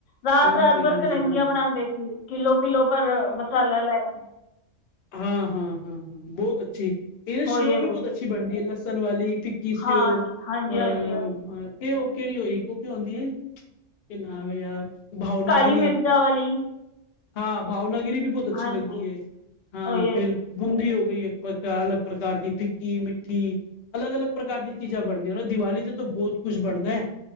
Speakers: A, on the left (about 75°); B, on the left (about 60°).
A: ਰਾਤ-ਰਾਤ
B: ਹਾਂਜੀ
A: ਭਰ
B: ਹਾਂਜੀ
A: ਕਰੰਗੀਆ
B: ਹਾਂਜੀ ਹਾਂ
A: ਬਣਾਂਦੇ ਸੀ ਕਿੱਲੋ-ਕਿਲੋ ਪਰ ਮਸਾਲਾ ਲੈ ਕੇ
B: ਹਾਂ-ਹਾਂ-ਹਾਂ-ਹਾਂ ਬੋਤ ਅੱਛੀ ਏਦੇ
A: ਉਹੀ
B: ਸ਼ੋਅ
A: ਉਹੀ
B: ਵੀ ਬੋਤ ਅੱ ਛੀ ਬਣਦੀ ਐ ਲਸਣ ਵਾਲੀ ਫਿੱਕੀ ਸਿਓ
A: ਹਾਂ
B: ਅ
A: ਹਾਂਜੀ ਹਾਂਜੀ ਹਾਂਜੀ
B: ਕੇ ਓ ਕੇਰੀ ਹੋਈ ਓ ਕੀ ਹੋਂਦੀਂ ਏ ਨਾ ਓ ਯਾਰ ਭਾਵਨਾਗਿਰੀ
A: ਕਾਲੀ ਮਿਰਚਾਂ ਵਾਲੀ
B: ਹਾਂ ਭਾਵਨਾਗਿਰੀ ਵੀ ਬੋ ਅੱਛੀ
A: ਹਾਂਜੀ
B: ਲੱਗਦੀ ਹੈ ਹਾਂ
A: ਉਹੀ
B: ਫੇਿਰ ਬੂੰਦੀ ਹੋ ਗਈ ਇੱਕ ਪ੍ਰ ਅਲਗ ਪ੍ਰਕਾਰ ਦੀ ਫਿੱਕੀ ਮਿੱਠੀ ਅਲੱਗ ਅਲੱਗ ਪ੍ਰਕਾਰ ਦੀਆਂ ਚੀਜ਼ਾਂ ਬਣਦੀਆਂ ਦੀਵਾਲੀ ਤੇ ਤੋ ਬੋਤ ਕੁੱਝ ਬਣਦੈ।